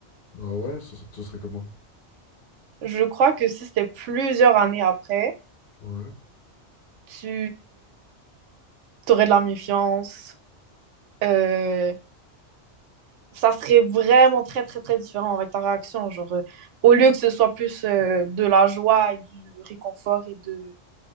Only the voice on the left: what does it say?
Bah ouais, ce, ce serait comment?
Bah Ouais.